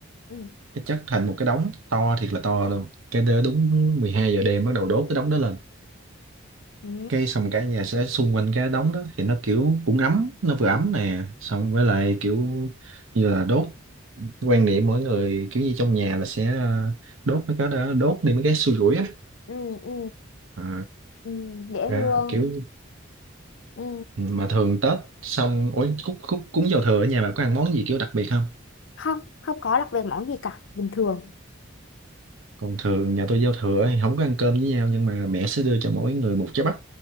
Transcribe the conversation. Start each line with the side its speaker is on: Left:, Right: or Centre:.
Left: ừ
Right: cái chất thành một cái đống to thiệt là to luôn cái đế đúng 12 giờ đêm bắt đầu đốt cái đống đó lên
Left: ừ
Right: cái xong cả nhà sẽ xung quanh cái đống đó thì nó kiểu cũng ấm nó vừa ấm nè xong với lại kiểu như là đốt quan niệm mỗi người kiểu như trong nhà là sẽ ờ, đốt mấy cái đó đốt đi mấy cái xui rủi á
Left: ừ ừ,
Right: à,
Left: ừ. ừ, dễ
Right: ra
Left: thương
Right: kiểu
Left: ừ.
Right: ừ, mà thường Tết xong ối cúng cúng cúng giao thừa ở nhà bà có ăn món gì kiểu đặc biệt không
Left: không không có lạc về món gì cả bình thường
Right: còn thường nhà tôi giao thừa thì không có ăn cơm với nhau nhưng mà mẹ sẽ đưa cho mỗi người một trái bắp